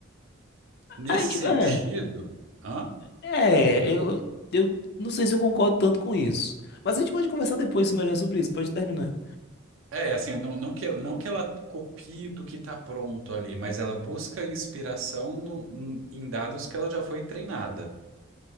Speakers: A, on the right; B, on the left.
A: Nesse
B: A gente,
A: sentido,
B: é,
A: hã?
B: é, eu, eu não sei se eu concordo tanto com isso. Mas a gente pode conversar depois melhor sobre isso, pode terminar.
A: É, assim, não, não que, não que ela copie do que está pronto ali, mas ela busca inspiração no- em dados que ela já foi treinada,